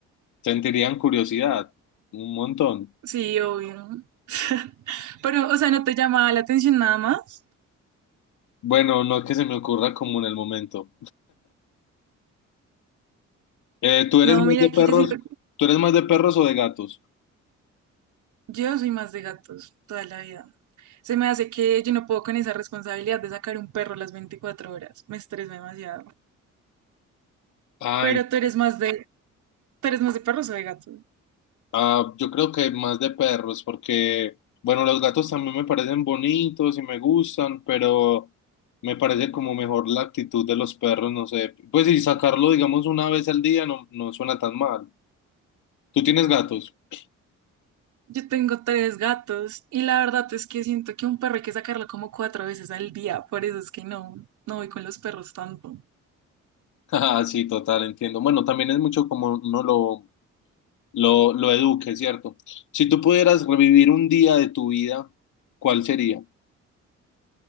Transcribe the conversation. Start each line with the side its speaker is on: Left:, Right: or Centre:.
Left: sentirían curiosidad, un montón.
Right: sí, obvio. <laughs> Pero, o sea, ¿no te llama la atención nada más?
Left: Bueno, no que se me ocurra como en el momento. Eh, ¿tú eres
Right: No,
Left: más
Right: mira,
Left: de perros?
Right: que yo siento,
Left: ¿Tú eres más de perros o de gatos?
Right: yo soy más de gatos toda la vida. Se me hace que yo no puedo con esa responsabilidad de sacar un perro las 24 horas. Me estresa demasiado.
Left: Ah,
Right: Pero
Left: en-
Right: tú eres más de, tú eres más de perros o de gatos.
Left: ah, yo creo que más de perros, porque, bueno, los gatos también me parecen bonitos y me gustan, pero me parece como mejor la actitud de los perros, no sé. Pues y sacarlo, digamos, una vez al día no, no suena tan mal. ¿Tú tienes gatos? <laughs>
Right: Yo tengo tres gatos y la verdad es que siento que un perro hay que sacarlo como cuatro veces al día. Por eso es que no, no voy con los perros tanto.
Left: Ah, sí, total, entiendo. Bueno, también es mucho como uno lo, lo, lo eduque, ¿cierto? Si tú pudieras revivir un día de tu vida, ¿cuál sería?